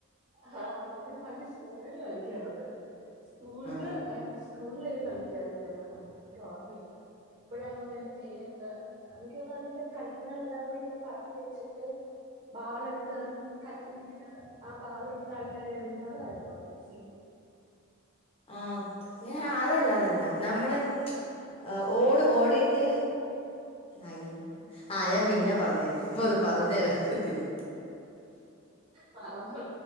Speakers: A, on the right; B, on the left.
A: ആഹ് നമ്മള് പണ്ട് സ്കൂളിൽ കളിക്കാണ് അത് സ്കൂളില്
B: ആഹ്
A: സ്കൂളിലേനി കളിക്കാറ് ഞങ്ങൾ പണ്ട് അത് ഇൻക്ക് ഒർമ്മയുണ്ട് ഇപ്പോഴാ എന്ന് തോന്നുന്നു അതിന്റെ പേരൊക്ക എനിക്ക് തോന്നുന്നു അതിന്റെ കല്ലുകളെല്ലാം അത് ഇങ്ങനെ പാക്കി വെച്ചിട്ട് ബാളെടുത്ത് എറിഞ്ഞ് കല്ലിൽ വീണ് ആ ബാളെടുത്ത ആൾക്കാരെ എറിയുന്ന അതായിരുന്നോ പെപ്സി
B: ആഹ് ഏഹ് അതല്ല അതല്ല നമ്മള് ആഹ് ഓടും ഓടിയിട്ട് ആയ്യോ ആഹ് ഞാൻ പിന്നെ പറഞ്ഞ് തരാ ഇപ്പൊ അത് പറഞ്ഞ് തരാൻ ഒക്കത്തില്ല
A: മറന്നു